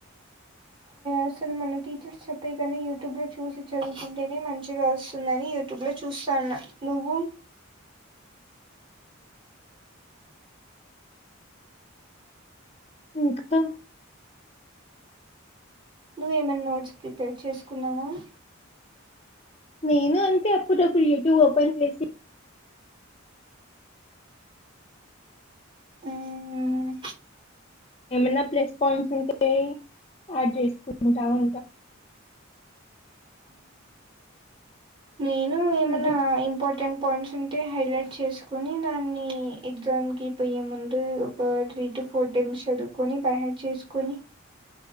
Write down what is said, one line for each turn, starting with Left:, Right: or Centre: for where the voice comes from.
Right: అసలు మన టీచర్స్ చెప్పే కాన యూట్యూబ్ లో చూసి చదువుకుంటేనే మంచిగా వస్తుందని యూట్యూబ్ లో చూస్తాన్న నువ్వు
Left: ఇంకా
Right: నువ్్వ ఏమైనా నోట్స్ ప్రిపేర్ చేసుకున్నావా
Left: నేను అంతే అప్పుడప్పుడు యూట్యూబ్ ఓపెన్ చేసి
Right: మ్
Left: ఏమైన్నా ప్లస్ పాయింట్స్ ఉంటే యాడ్ చేసుకుంటా ఉంటా
Right: నేను ఏమన్నా
Left: ఇంకా
Right: ఇంపార్టెంట్ పాయింట్స్ ఉంటే హైలైట్ చేసుకొని దాన్ని ఎగ్జామ్కి పోయ్యే ముందు ఒక త్రీ టూ ఫోర్ టైమ్స్ చదువుకొని బైహడ్ చేసుకొని